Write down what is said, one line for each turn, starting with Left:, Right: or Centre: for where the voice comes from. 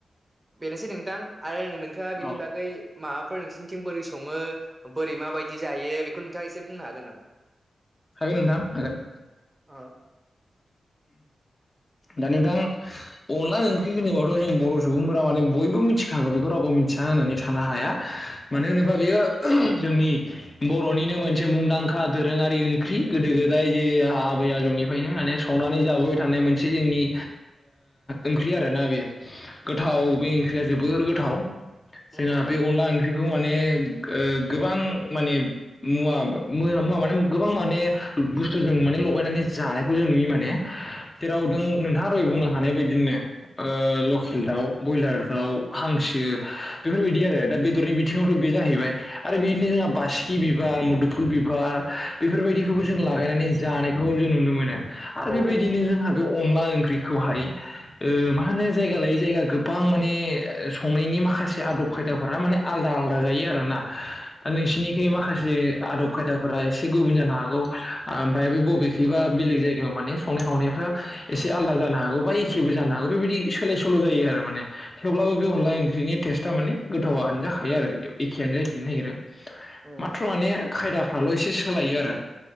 Right: बेनोसै नोंथां आरो नोंथाङा बेनि
Left: औ
Right: बागै माबाफोर नोंसिनिथिं बोरै सङो बोरै मा माबायदि जायो बेखौ नोंथाङा एसे बुंनो हागोन नामा?
Left: हागोन नोंथां हागोन।
Right: ओह
Left: दा नोंथां अनला ओंख्रि होनोब्लाथ जों बर सुबुंफोरा माने बयबो मिथिखागौ बेखौ रावबो मिथि या होननानै थानो हाया मानो होनोबा बेयो जोंनि बर'निनो मोनसे मुंदांखा दोरोङारि ओंख्रि गोदो गोदाय जे आबै आजौनिफ्रायनो माने संनानै जाबोबाय थानाय मोनसे से जोंनि ओंख्रि आरोना बेयो गोथाव बे ओंख्रिया जोबोर गोथाव
Right: उम
Left: जोंहा बे अनला ओंख्रिखौ माने ओ गोबां माने मुवा मुवा माने गोबां माने बुस्थु जों माने लगायनानै जानायखौ जों नुयो माने जेराव दों नोंथाङा दहाय बुंनो हानाय बायदिनो ओ लकेल दाउ ब्रयलार दाउ हांसो बेफोरबायदि आरो दा बेदरनि बिथिङावथ बे जाहैबाय आरो बेदिनो जोंहा बासिकि बिबार मुदुफु फुल बिबार बेफोरबायदिखौबो जों लागायनानै जानायखौ जों नुनो मोनो आरो
Right: औ
Left: बेबायदिनो जोंहा बे अनला ओंख्रिखौहाय मा ओ होनो जाया लायै जायगा गोबां माने संनायनि माखासे माखासे आदब खायदाफोरा माने आलदा आलदा जायो आरोना ओ नोंसिनिखै माखासे आदब खायदा एसे गुबुन जानो हागौ ओमफ्राय बे बबेखैबा बेलेग जायगायाव माने संनाय खावनायफ्रा एसे आलदा जानो हागौ बा एखेबो जानो हागौ बेबायदि सोलाय सोल जायो आरो माने थेवब्लाबो बे अनला ओं ख्रिनि टेस्टआ माने गोथावआनो जाखायो आरो एखेयानो जाहैफिननो नागिरो।
Right: उम
Left: माथ्र माने खायदाफ्राल' एसे सोलायो आरो